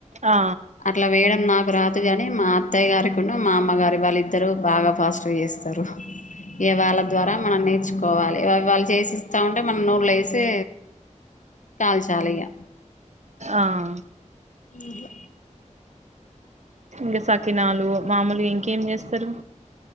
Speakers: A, on the right (about 65°); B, on the left (about 75°).
A: ఆ
B: అట్లా వేయడం నాకు. రాదు కాని మా అత్తయ్య గారి కూను మా అమ్మగారి వాళ్ళిద్దరు బాగా ఫాస్ట్ గా చేస్తారు. ఇగ వాళ్ళ ద్వారా మనం నేర్చుకోవాలి. వాళ్ళు చేసిస్స్త ఉంటే మనం నూళ్లో వేసి కాల్చాలి ఇగా.
A: ఆహ్.
B: ఉమ్.
A: ఇంకా సకినాలు మాముల్గా ఇంకేం చేస్తారు.